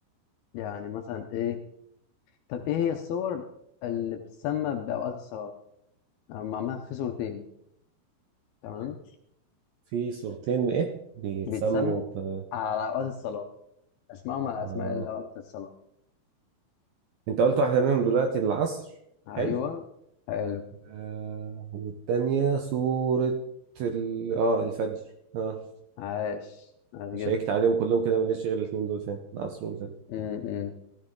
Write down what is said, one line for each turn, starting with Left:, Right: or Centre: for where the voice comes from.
Left: يعني مثلا إيه طب إيه هي الصور اللي بتسمى بأوقات الصلاة؟ أو معمولة في صورتين تمام
Right: في صورتين ايه بيتسموا
Left: بيتسموا
Right: ب
Left: على أوقات الصلاة أسمائهم على
Right: آه.
Left: أسماء الأوقات بتاعت الصلاة
Right: انت قلت واحدة منهم دلوقتي العصر
Left: أيوه
Right: حلو
Left: حلو
Right: آه. والتانية صورة ال... اه الفجر اه
Left: عاش عاش جدا
Right: شيكت عليهم كلهم كده مليش غير الاتنين دول فين العصر والفجر
Left: م-م.